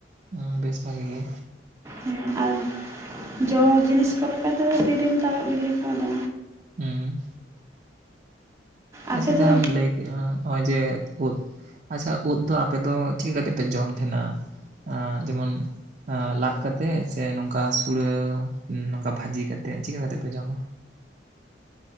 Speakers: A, on the right; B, on the right.
A: ᱦᱮᱸ ᱵᱮᱥ ᱵᱷᱟᱜᱮ ᱜᱮ
B: ᱦᱮᱸ ᱟᱨ ᱡᱚ ᱡᱤᱱᱤᱥ ᱠᱚ ᱞᱮᱠᱟ ᱛᱮ ᱫᱚ ᱛᱤᱨᱤᱞ ᱛᱟᱨᱚᱜ ᱵᱤᱞᱤ ᱠᱚ ᱫᱚ
A: ᱦᱮᱸ
B: ᱟᱯᱮ
A: ᱟᱪᱷᱟ
B: ᱫᱚ
A: ᱡᱟᱦᱟᱸᱟᱢ ᱞᱟᱹᱭ ᱠᱮᱫ ᱠᱮᱜᱼᱟ ᱱᱚᱜᱼᱚᱭ ᱡᱮ ᱩᱫ ᱟᱪᱷᱟ ᱳᱫ ᱫᱚ ᱟᱯᱮ ᱫᱚ ᱪᱤᱠᱟᱹ ᱠᱟᱛᱮᱜ ᱯᱮ ᱡᱚᱢ ᱛᱟᱦᱮᱱᱟ ᱮ ᱡᱮᱢᱚᱱ? ᱞᱟᱫ ᱠᱟᱛᱮᱫ ᱥᱮ ᱱᱚᱝᱠᱟ ᱥᱩᱲᱟᱹ ᱱᱚᱝᱠᱟ ᱵᱷᱟᱹᱡᱤ ᱠᱟᱛᱮᱫ ᱪᱤᱠᱟᱹ ᱠᱟᱛᱮ ᱯᱮ ᱡᱚᱢᱟ?